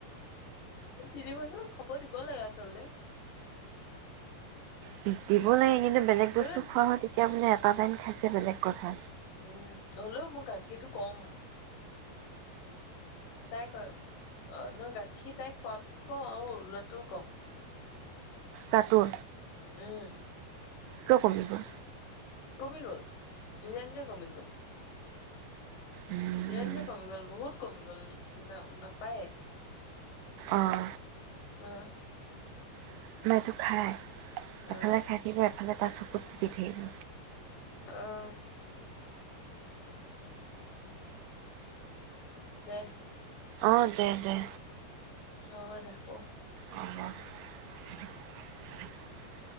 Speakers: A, on the left; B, on the right.
A: এই তিন বছৰ খবৰ দিব লাগে আচলতে
B: প দিব লাগে কিন্তু বেলেগ
A: হ'লেও
B: বস্তু খোৱা হয় তেতিয়া বোলে পাবান খাইছে বেলেগ কথা
A: উম হ'লেও মই গাখীৰটো কম তাই ক অ নহয় গাখীৰ তাই খোৱাত কম আৰু লটোও কম
B: কা তোৰ
A: উম
B: কিয় কমিল বা
A: কমি গল নিজে নিজে কমি গল
B: উম,
A: নিজে নিজে কমি গ'ল বহুত কমি গ'ল না নাপায়
B: অঁ
A: অ
B: <unintelligible> এফালে খাই
A: অ
B: থাকিব এফালে তাৰ চকুত দি থাকিব
A: আহ উম দে
B: অ দে দে
A: অ' দেখো
B: <unintelligible>